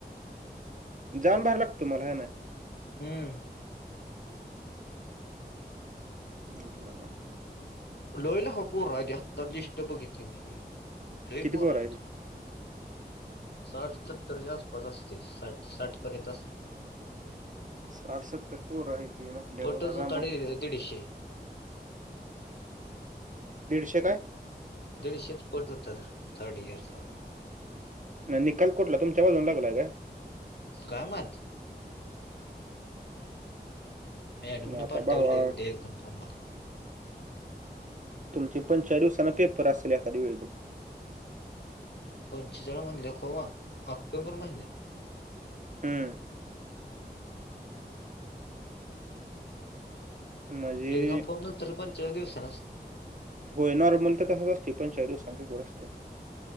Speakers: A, on the right; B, on the left.
A: जाऊन भरलागतो. तुम्हांला हं नां ओ.
B: हम्मं.
A: उरला कां.
B: लोहिला हो पोर रा आत्ता लिस्ट बघितली मी लोई
A: किती
B: पोर रां.
A: आहे ते
B: साठ सत्तरच्यां आसपास असतील साठ साठ पर्यंत असेल.
A: साठसत्तर पोरहाय म्हणल्यावर
B: पटच
A: होलागा
B: होता
A: मगं.
B: दीडशे.
A: दीडशे कायं.
B: दीडशेे पँट होतं तरं थर्ड इयर्स.
A: नीकाल कुठला तुमच्या बाजवूनचा लागलाय कां.
B: कायं माहित. मॅडम नं
A: आता
B: पाठवल
A: भावा
B: उद्या एक्झांम फाम भरायला.
A: तुमची पणं चार दिवसांना पेपर असेल एखादी वेळ बघं.
B: पंच जण म्हणले कोवा ऑक्टोंबर महिन्यांत.
A: हम्मं म्हणजे
B: एकदम फोन नंतर पंच्या दिवसाांच.
A: होय नॉर्मल तर तसंच असते पण चार दिवसांर असते.